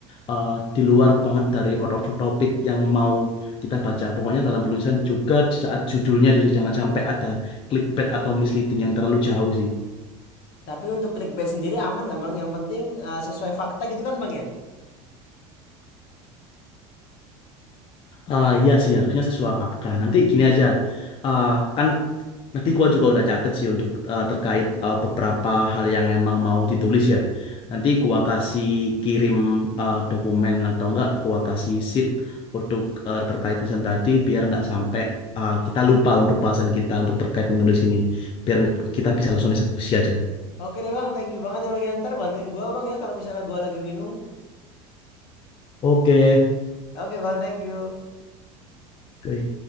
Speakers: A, on the left (about 30°); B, on the left (about 60°).
A: eh, di luar banget dari out of the topic yang mau kita baca. Pokoknya dalam penulisan juga di saat judulnya itu sih jangan sampai ada clickbait atau misleading yang terlalu jauh sih.
B: tapi untuk clickbait sendiri aman nggak bang yang penting eh, sesuai fakta gitu kan bang ya
A: Ah, iya sih harusnya sesuai fakta. Nanti gini aja, Ah, kan nanti gua juga udah catet sih untuk ah, terkait ah, beberapa hal yang emang mau ditulis ya. Nanti gua kasih kirim ah, dokumen atau enggak, gua kasih sheet untuk ah, terkait tulisan tadi biar nggak sampai ah, kita lupa untuk bahasan kita untuk terkait menulis ini, biar kita bisa langsung eksekusi aja.
B: Oke deh bang, thank you banget ya bang ya. Ntar bantuin gue bang ya kalau misalnya gue lagi bingung.
A: Oke.
B: Oke bang, thank you.
A: Oke.